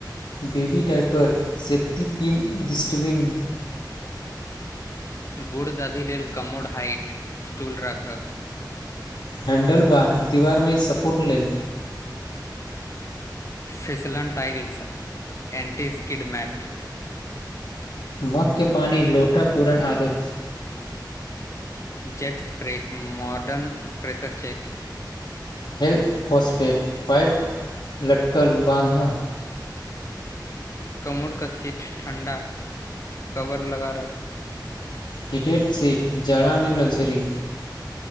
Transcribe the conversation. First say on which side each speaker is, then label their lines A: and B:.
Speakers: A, on the left; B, on the left.
A: baby diaper safety pin dustbin
B: बूढ़ दादी लेल कमोर हाइट स्टूल राखऽ
A: हैण्डल बार दीवारमे सपोर्ट लेल
B: फसलन टाइल्स एन्टी स्किड मैट
A: मकके पानि लोटा पूरण आदत
B: जट spray modern pressure check
A: health फोसपेट pipe लटकल बाँधऽ
B: कमोर का सीट ठण्डा कवर लगा रह
A: हिटेड सीट जाड़ामे लगजरी